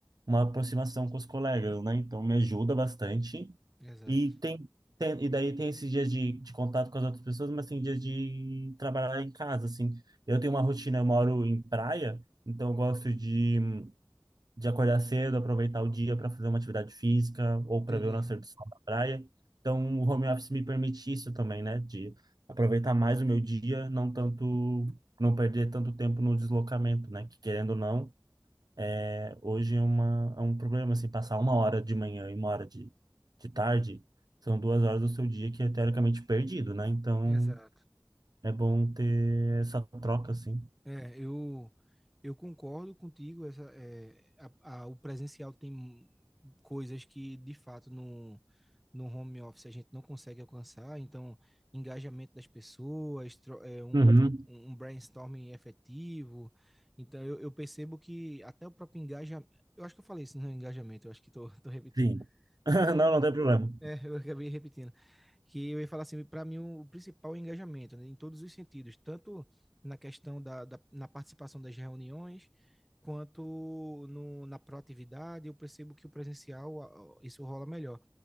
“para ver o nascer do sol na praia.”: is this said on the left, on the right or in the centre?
Right